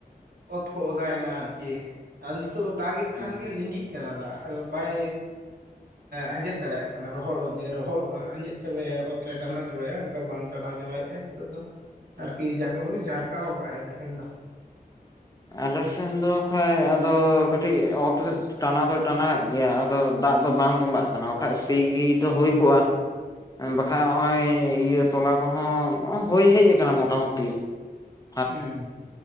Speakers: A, on the right; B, on the left.
A: ᱚᱛ ᱠᱚ ᱚᱫᱟᱭᱮᱱᱟ ᱟᱨᱠᱤ ᱟᱫᱚ ᱱᱤᱛᱚᱜ ᱫᱚ ᱫᱟᱜ ᱜᱮᱜ
B: ᱦᱮᱸ
A: ᱠᱷᱟᱱᱜᱮ ᱞᱤᱸᱜᱤᱜ ᱠᱟᱱᱟ ᱫᱟᱜ ᱵᱟᱭ ᱟᱸᱡᱮᱫ ᱫᱟᱲᱮᱭᱟᱜ ᱠᱟᱱᱟ ᱨᱚᱦᱚᱲᱚᱜ ᱡᱮ ᱨᱚᱦᱚᱲᱚᱜᱼᱟ᱾ ᱟᱸᱡᱮᱫ ᱪᱟᱵᱟᱭᱟ ᱚᱛᱨᱮ ᱴᱟᱱᱟᱣ ᱪᱟᱵᱟᱭᱟ ᱚᱱᱠᱟ ᱵᱟᱝ ᱴᱟᱱᱟᱣ ᱪᱟᱵᱟᱭᱮᱫᱼᱟ ᱱᱤᱛᱚᱜ ᱫᱚ ᱟᱨᱠᱤ ᱡᱟᱠᱮ ᱵᱚᱞᱮ ᱡᱟᱨᱠᱟᱣ ᱠᱟᱜ-ᱟᱭ ᱟᱞᱮ ᱥᱮᱱ ᱫᱚ
B: ᱟᱞᱮ ᱥᱮᱱ ᱫᱚ ᱠᱷᱟᱱᱡ ᱟᱫᱚ ᱠᱟᱹᱴᱤᱡ ᱚᱛ ᱨᱮ ᱴᱟᱱᱟᱣ ᱫᱚ ᱴᱟᱱᱟᱮᱫ ᱜᱮᱭᱟ ᱟᱫᱚ ᱫᱟᱜ ᱫᱚ ᱵᱟᱝ ᱛᱚᱸᱵᱟᱜ ᱠᱟᱱᱟ ᱵᱟᱠᱷᱟᱡ ᱥᱤ ᱜᱤ ᱫᱚ ᱦᱩᱭ ᱠᱚᱜᱼᱟ᱾ ᱵᱟᱠᱷᱟᱡ ᱦᱚᱸᱜᱼᱚᱭ ᱤᱭᱟᱹ ᱛᱚᱞᱟ ᱠᱚᱦᱚᱸ ᱦᱩᱭ ᱦᱮᱡ ᱟᱠᱟᱱᱟ ᱢᱚᱴᱟ ᱢᱩᱴᱤ <inaudible>
A: ᱩᱸ